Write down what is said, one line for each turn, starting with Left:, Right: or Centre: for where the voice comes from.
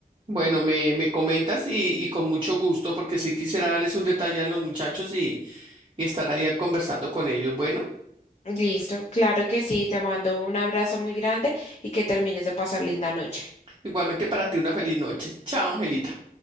Right: Bueno, me, me comentas y, y con mucho gusto, porque sí quisiera darles un detalle a los muchachos y, y estar ahí conversando con ellos. Bueno.
Left: Listo. Claro que sí, te mando un abrazo muy grande y que termines de pasar linda noche.
Right: Igualmente para ti una feliz noche. Chao, Angelita.